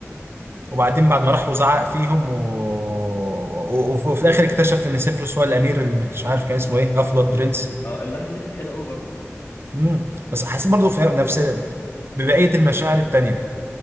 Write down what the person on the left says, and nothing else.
اه اللحظه دي كانت حلوه قوي برضو